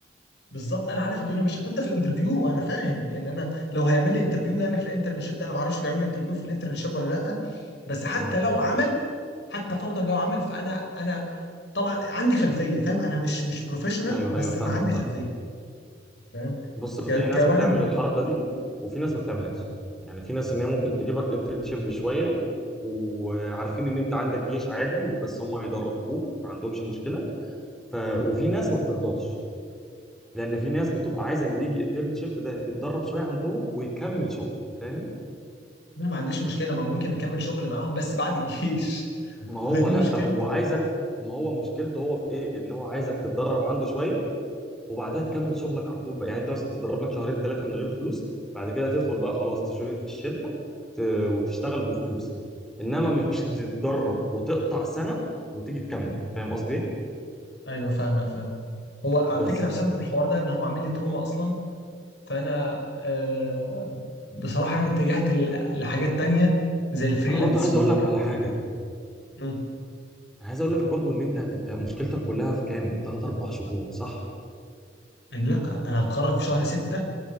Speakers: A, on the left; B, in the centre.
A: بالظبط انا عارف الدنيا ماشيه حتى في الانترفيو انا فاهم يعني انا لو هيعمل لي انترفيو يعني في الانترنشيب ده انا ما اعرفش بيعمل لي انترفيو في الانترنشيب ولا لا بس حتى
B: اه
A: لو عمل حتى فرضا لو عمل فانا انا طبعا عندي خلفيه فاهم انا مش مش بروفيشنال
B: ايوه
A: بس
B: ايوه فاهمك
A: انا عندي
B: فاهم
A: خلفيه فاهم
B: بص في
A: ك-
B: ناس
A: كواحد
B: بتعمل الحركه دي وفي ناس ما بتعملهاش يعني في ناس ان هي ممكن تجيبك انترنشيب شويه وعارفين ان انت عندك جيش عادي بس هم هيدربوك ما عندهمش مشكله ف... وفي ناس ما بترضاش لان في ناس بتبقى عايزه اللي يجي انترنشيب ده يتدرب شويه عندهم ويكمل شغل فاهم
A: انا ما عنديش مشكله ما ممكن اكمل شغل معاهم بس بعد الجيش <laughs>
B: ما هو
A: دي
B: لا
A: مشكلتي
B: هو عايزك ما هو مشكلته هو في ايه ان هو عايزك تتدرب عنده شويه وبعدها تكمل شغلك على طول بقى يعني انت مثلا تتدرب لك شهرين ثلاثه من غير فلوس بعد كده تدخل بقى خلاص تجوين في الشركه ت... وتشتغل بفلوس انما مش
A: ايوه
B: تتدرب وتقطع سنه وتيجي تكمل فاهم قصدي ايه
A: ايوه فاهمك فاهم هو على
B: بس
A: فكره بسبب الحوار ده ان هو عامل لي تروما اصلا فانا آه بصراحه يعني اتجهت ل- لحاجات تانية زي الفريلانس
B: انا برضو عايز
A: وال
B: اقول لك على حاجه
A: مم.
B: انا عايز اقول لك برضو ان انت انت مشكلتك كلها في كام 3 4 شهور صح
A: إن لا انا هتخرج في شهر 6